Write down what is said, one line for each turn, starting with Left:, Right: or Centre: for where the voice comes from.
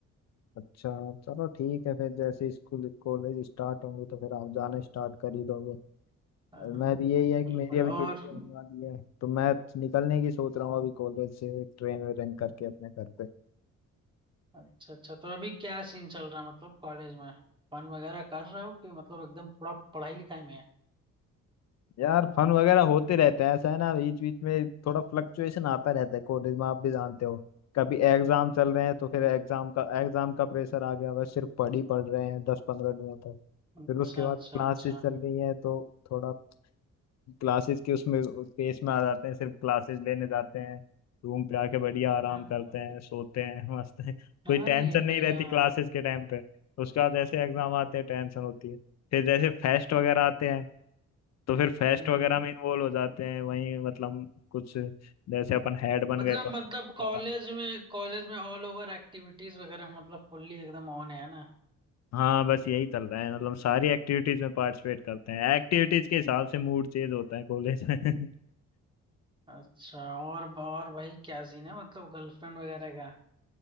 Left: अच्छा चलो ठीक है फिर जैसे स्कूल कॉलेज स्टार्ट होंगे तो फिर आप जाना स्टार्ट कर ही दोगे
Right: अ, हम्म,
Left: और मैं भी यही है
Right: बिल्कुल
Left: कि मेरी अभी
Right: और
Left: छुट्टी होने वाली है तो मैं निकलने की सोच रहा हूँ अभी कॉलेज से ट्रेन वेन करके अपने घर पे
Right: अच्छा अच्छा तो अभी क्या सीन चल रहा है मतलब कॉलेज में फन वगैरह कर रहे हो कि मतलब एकदम पूरा पढ़ाई लिखाई में है
Left: यार फन वगैरह होते रहते हैं ऐसा है ना बीच बीच में थोड़ा फ्लक्चुएशन आता रहता है कॉलेज में आप भी जानते हो कभी एग्जाम चल रहे
Right: हम्म,
Left: हैं तो फिर एग्जाम का एग्जाम का प्रेशर आ गया बस सिर्फ पढ़ ही पढ़ रहे हैं दस पंद्रह दिनों तक
Right: अच्छा
Left: फिर उसके बाद
Right: अच्छा
Left: क्लासेस
Right: अच्छा
Left: चल रही है तो थोड़ा क्लासेस के उसमें पेस में आ जाते हैं सिर्फ क्लासेस लेने जाते हैं रूम पे आके बढ़िया आराम
Right: हम्म,
Left: करते हैं सोते हैं <laughs> मस्त हैं कोई
Right: हाँ
Left: टेंशन
Right: ये भी
Left: नहीं
Right: है
Left: रहती
Right: हाँ
Left: क्लासेस के टाइम पे उसके बाद ऐसे एग्जाम आते हैं टेंशन होती है फिर जैसे फेस्ट वगैरह आते हैं तो फिर फेस्ट
Right: हम्म
Left: वगैरह में इन्वॉल्व हो जाते हैं वहीं मतलब कुछ जैसे अपन हेड बन
Right: मतलब
Left: गए तो अपना
Right: मतलब कॉलेज
Left: काम
Right: में कॉलेज में ऑल ओवर एक्टिविटीज वगैरह मतलब फुल्ली एकदम ऑन है ना
Left: हाँ बस यही चल रहा है मतलब सारी एक्टिविटीज में पार्टिसिपेट करते हैं एक्टिविटीज के हिसाब से मूड चेंज होता है कॉलेज में <laughs>
Right: अच्छा और और भाई क्या सीन है मतलब गर्लफ्रेंड वगैरह का